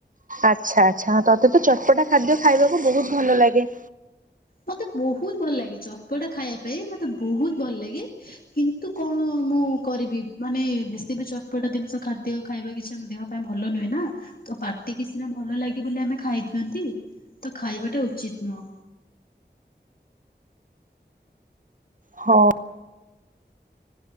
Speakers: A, on the right; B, on the left.
A: ଆଚ୍ଛା ଆଚ୍ଛା ତତେ ତ ଚଟପଟା ଖାଦ୍ୟ ଖାଇବାକୁ ବହୁତ ଭଲ ଲାଗେ।
B: ମତେ ବହୁତ ଭଲ ଲାଗେ ଚଟପଟା ଖାଇବା ପାଇଁ ମତେ ବହୁତ ଭଲ ଲାଗେ କିନ୍ତୁ କଣ ମୁଁ କରିବି ମାନେ ବେଶୀ ବି ଚଟପଟ ଜିନିଷ ଖାଦ୍ୟ ଖାଇ ଖାଇବା କିଛି ଆମ ଦେହ ପାଇଁ ଭଲ ନୁହେଁ ନା ତ ପାଟି କି ସିନା ଭଲ ଲାଗେ ବୋଲି ଆମେ ଖାଇ ଦିଅନ୍ତି। ତ ଖାଇବାଟା ଉଚିତ ନୁହ।
A: ହଁ।